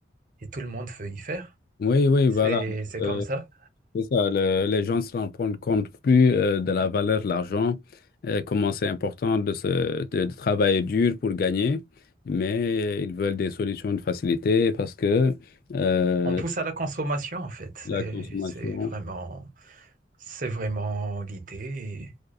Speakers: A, on the right; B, on the left.
A: et tout le monde veut y faire.
B: oui, oui,
A: C'est,
B: voilà.
A: c'est
B: Euh,
A: comme ça.
B: C'est ça, le- les gens se rendent compte compte plus euh, de la valeur de l'argent, euh, comment c'est important de, se, de, de travailler dur pour gagner, mais ils veulent des solutions de facilité parce que euh,
A: on pousse à la consommation, en fait. C'est,
B: la consommation,
A: c'est vraiment, c'est vraiment l'idée.